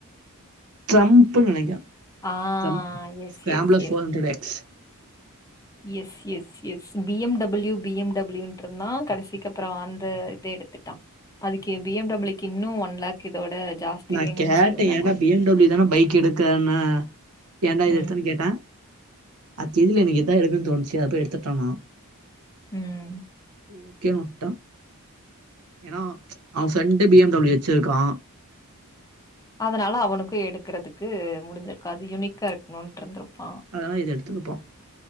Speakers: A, on the right; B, on the left.
A: ட்ரம்புன்னு நனைக்கிறே
B: ஆ
A: ட்ரம்ப்
B: எஸ்,
A: ஸ்கிராம்லஸ்
B: எஸ், எஸ்.
A: வாலன்டாட் X
B: S S S B M W B M W ன்டு இருந்தா கடைசிக்கு அப்றோ அந்த இத எடுத்துட்டா அதுக்கு பி எம் டபிள்யூ க்கு இன்னு ஒன் லேக் இதோட ஜாஸ்தி
A: நா
B: வேணுன்னு
A: கேட்டே
B: சொன்னே
A: ஏண்டா
B: நா
A: பி எம் டபிள்யூ தானே பைக் எடுக்கரேன்ன ஏண்டா இது
B: ம்
A: எடுத்தேன்னு கேட்டட அது தெரில எனக்கு இதா எடுக்குன்னு தோணுச்சி அதபோய் எடுத்துட்டானா
B: ம்
A: ஒகேன்னுவுட்டா ஏன்னா அவ ஃப்ரெண்டு பி எம் டபிள்யூ வெச்சு இருக்கா
B: அதனால அவனுக்கு எடுக்குறதுக்கு முடிஞ்சிருக்காது யுனிக்கா இருக்கணும் இட்டு இருந்திருப்பா
A: அதா இது எடுத்துருப்பா